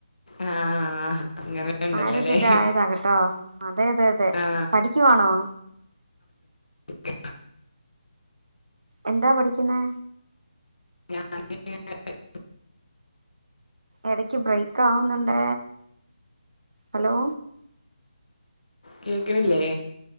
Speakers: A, on the left (about 85°); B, on the right (about 80°).
A: ആ അങ്ങനെ ഉണ്ടല്ലോല്ലേ
B: മാരേജൊക്കെ ആയതാണുട്ടോ അതെയതെയതെ
A: ആ
B: പഠിക്കുവാണോ
A: ക
B: എന്താ പഠിക്കുന്നെ
A: <unintelligible>
B: ഇടക്ക് ബ്രേക്ക് ആവുന്നുണ്ട് ഹലോ
A: കേക്കണില്ലേ